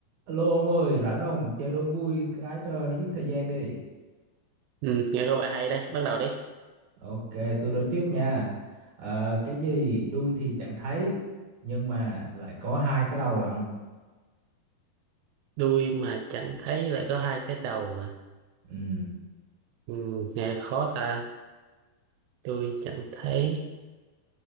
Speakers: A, on the right; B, on the right.
A: Alo ông ơi, rảnh không? Chơi đố vui cái cho giết thời gian đi.
B: Ừ, nghe có vẻ hay đấy, bắt đầu đi.
A: Ok, tôi đố trước nha. Ờ, cái gì đuôi thì chẳng thấy, nhưng mà lại có hai cái đầu lận.
B: Đuôi mà chẳng thấy lại có hai cái đầu à.
A: Ừ,
B: Ừ, nghe khó ta. Đuôi chẳng thấy